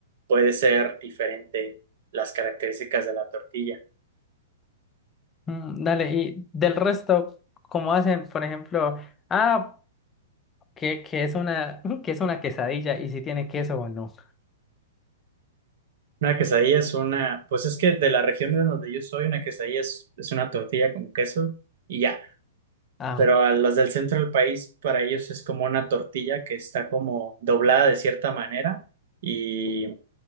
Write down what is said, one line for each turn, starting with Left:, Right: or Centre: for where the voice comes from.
Right: puede ser diferente las características de la tortilla.
Left: Mm, dale, y del resto, ¿cómo hacen, por ejemplo, ah, que, que es una, <laughs> que es una quesadilla y si tiene queso o no?
Right: Una quesadilla es una, pues es que de la región de donde yo soy, una quesadilla es, es una tortilla con queso y ya.
Left: Ah,
Right: Pero
Left: ok,
Right: a las del centro del país, para ellos es como una tortilla que está como doblada de cierta manera y